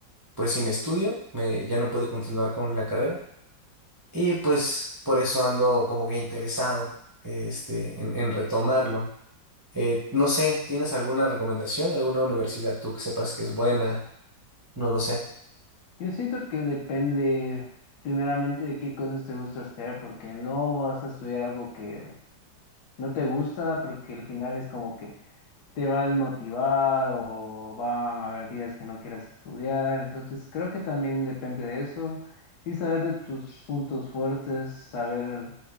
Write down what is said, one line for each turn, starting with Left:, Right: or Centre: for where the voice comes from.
Right: pues sin estudio, me- ya no pude continuar con la carrera y pues por eso ando como que interesado este, en en retomarlo. Eh, no sé, ¿tienes alguna recomendación? ¿Alguna universidad tú que sepas que es buena? No lo sé.
Left: Yo siento que depende primeramente de qué cosas te gusta hacer, porque no vas a estudiar algo que no te gusta, porque al final es como que te va a desmotivar o van a haber días que no quieras estudiar. Entonces, creo que también depende de eso y saber de tus puntos fuertes, saber,